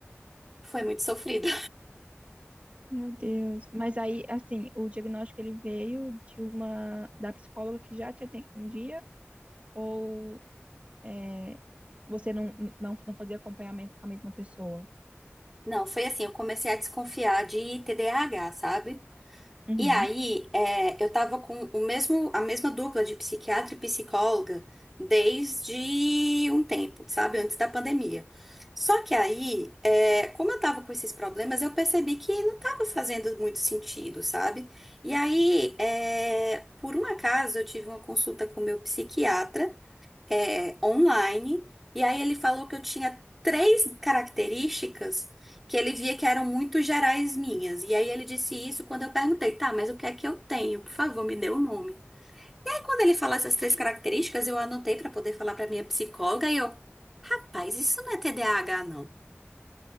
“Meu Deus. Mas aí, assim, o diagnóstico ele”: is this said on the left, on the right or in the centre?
Right